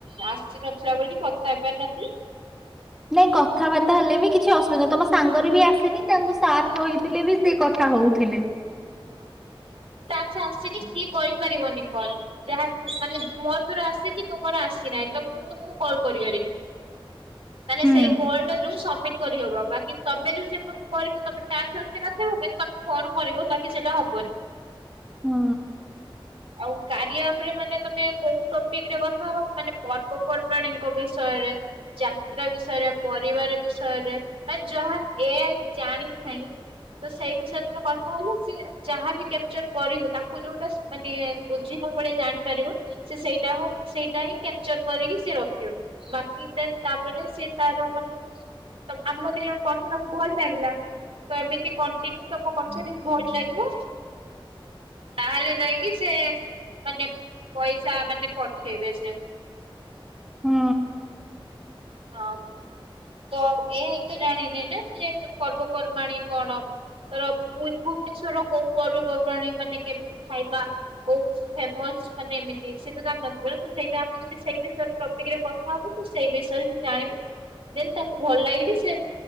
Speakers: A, on the right; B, in the centre.
A: ଆସି ନଥିଲା ବୋଲି କଥା ହେଇପାରିନଥିଲ।
B: ନାଇଁ କଥାବାର୍ତ୍ତା ହେଲେ ବି କିଛି ଅସୁବିଧା ନାହିଁ ତମ ସାଙ୍ଗରେ ବି ଆସ ତାଙ୍କୁ ସାର୍ କହିଥିଲେ ବି ସେ କଥା ହଉଥିଲେ
A: ଆସିଛି ସିଏ କରିପାରିବନି କରି ଯାହାହାର ମାନେ ମୋର ଥର ଆସିଛି ତୁମର ଆସିନାହିଁ ତ ମୁଁ ତମକୁ କଲ୍ କରିପାରିବି। ତାହେଲେ
B: ହୁଁ।
A: ସେଇ କଲ ଟା ଯୋଉ ସବମିଟ କରିହବ ବାକି ତମେ ଯୋଉ କରିବୁ ତମେ ଟାସ୍କ ଆସି ନଥିବ କିନ୍ତୁ ତମେ ଫୋନ କରିବ ବାକି ସେଇଟା ହବନି
B: ହୁଁ।
A: ଆଉ କାରିଆ ଆପରେ ମାନେ ତମେ କୋଉ ଟପିକ ରେ କଥା ହବ ମାନେ ପର୍ବପର୍ବାଣୀଙ୍କ ବିଷୟରେ ଯାତ୍ରା ବିଷୟରେ ପରିବାର ବିଷୟରେ ମାନେ ଯାହା ଏଆଇ ଜାଣି ନାହିଁ। ତ ସେଇ ବିଷୟରେ କଥା ହେଲେ ସେ ଯାହାବି କ୍ୟାପଚର କରିବ ତାକୁ ଯୋଉଟା ମାନେ ବୁଝିନି ଜାଣିପାରିବ ସେ ସେଇଟା ହ ସେଇଟା ହିଁ କ୍ୟାପଚର କରିକି ସେ ରଖିବ ବାକି ତାପରେ ସେିଏ ତାର ମାନେ ଆମର ଦି ଜଣ କଥା ତାକୁୁ ଭଲ ଲାଗେ ତ ଏମିତି କଣ୍ଟିନ୍ୟୁ ତମ କଥା ଟ ବି ଭଲ ଲାଗିବ। ତାହେଲେ ଯାଇ କିି ସେ ମାନେ ପଇସା ମାନେ ପଠେଇବେ ସେ
B: ହୁଁ।
A: ହଁ। ଏୟା ହିଁ ତ ଜାଣିନେ ଯେ ପର୍ବପର୍ବାଣୀ କଣ ଅ ତର ଭୁବନେଶ୍ୱର କୋଉ ପର୍ବପର୍ବାଣିୀ ମାନେ କେମିତି ଖାଇବା କୋଉ ଫେମସ ମାନେ ଏମିତି ସେ ତ ଜା ନଥିବନ୍ତୁ ସେଇଟା ଆମେ ଯଦି ସେଇ ବିଷୟରେ ଟପିକ ରେ କଥା ହବୁ ତୁ ସେଇ ବିଷୟରେ ଯଦି ତାକୁ ଭଲ ଲାଗିଲେ ସେ